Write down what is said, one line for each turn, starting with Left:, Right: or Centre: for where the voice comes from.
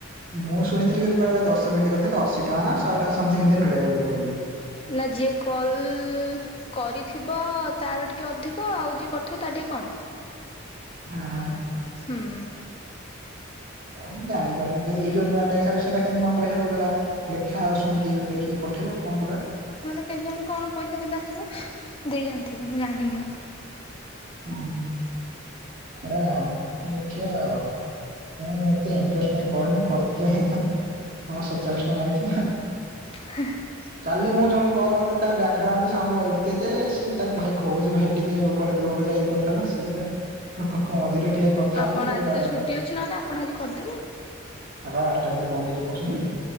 Right: ମୁଁ ଶୁଣିଥିଲି କିନ୍ତୁ କୁଆଡେ ଦଶ ମିନଟି କଥାହେଲେ ଅଶି ଟଙ୍କା ନା ଶହେ ଟଙ୍କା ସମଥିଙ୍ଗ୍ ଏମିତି ମିଳେ ବୋଲି କହିଲି।
Left: ନାଁ ଯିଏ କଲ୍ କରିଥିବ ତାର ଟିକେ ଅଧିକ ଆଉ ଯିଏ କରିଥିବ ତାର ଟିକେ କମ।
Right: ଅହଁ।
Left: ହୁଁ।
Right: ମୁଁ ଜଣିପାରୁନି ତଥାପି ଏଇ ଯୋଉ ନୂଆ ଟାସ୍କ ଅସୁଚି ସେରା କେମିତି କଣ ପଇସା ଦବ ଯୋରା ଲେଖା ଆଉ ଶୁଣିକି ଲେଖିକି ପଠେଇବ କଣଗୁଡା।
Left: ତାହେଲେ କେଜାଣି କଣ ପଇସା କେତେ ଆସିବ ଦେଇ ଜାଣିଥିବ ମୁଁ ଜାଣିନି।
Right: ଉଁହୁଁ ହେଟା ଦେଖିଆ ଆଉ। ମୁଁ ଏତେ ଇଣ୍ଟ୍ରେଷ୍ଟ ନାଇଁ, କରୁନି କରିଥିଲେ ହେଇଥାନ୍ ହଁ ସର୍ଚାଳିଶ ଟଙ୍କା ଆଇଥିନା।
Left: ହାଁ ହ
Right: କାଲି ମୁଁ ଜଣକୁ କଲ୍ କରିିଥିଲି ତା ବ୍ୟାଗ୍ରାଉଣ୍ଡ ସାଉଣ୍ଡ କଣ ଏତେ ଯେ ସିଏ ତାକୁ ଭାଇ କୋହୁଚି ଭାଇ ଟିକେ କୁଆଡେ ଦୂରକୁ ଯାଇ କଥା ହେଲା ସିଏ ଯା ଲୋକଙ୍କ ମଝିରେ ଠିଆ ହେଇକି କଥା
Left: ଆପଣ
Right: ହୋଉଚି ଏ
Left: ଆଜି
Right: ପାଗଳ
Left: ତ ଛୁଟି
Right: କରଦବ ମତେ।
Left: ଅଛି ନହେଲେ ଆପଣ ଆଜି କରିଦେବେ
Right: ଏପା ବାରଟା ଭିତରେ ବନ୍ଦ ହେଇଯିବ କୋହୁଛନ୍ତି?